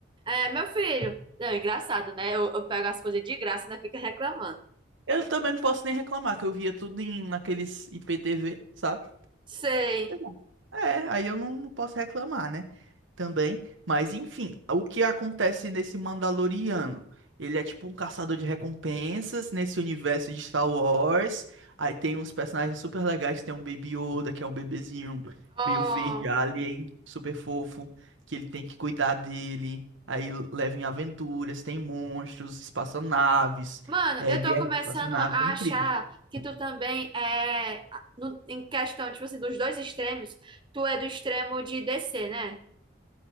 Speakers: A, on the right (about 25°); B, on the right (about 75°).
A: É, meu filho. Não, engraçado, né? Eu, eu pego as coisas de graça e ainda fica reclamando.
B: Eu também não posso nem reclamar, que eu via tudo em, naqueles IPTV, sabe?
A: Sei.
B: Pois É, É, aí eu não, não posso reclamar, né? Também, mas enfim, o que acontece nesse Mandaloriano? Ele é tipo um caçador de recompensas nesse universo de Star Wars. Aí tem uns personagens super legais, tem um Baby Yoda, que é um bebezinho
A: Oh.
B: meio verde alien, super fofo, que ele tem que cuidar dele. Aí leva em aventuras, tem monstros, espaçonaves,
A: Mano,
B: é,
A: eu
B: guerra
A: tô começando
B: de espaçonaves,
A: a
B: é incrível.
A: achar que tu também é, no- em questão, tipo assim, dos dois extremos, tu é do extremo de DC, né?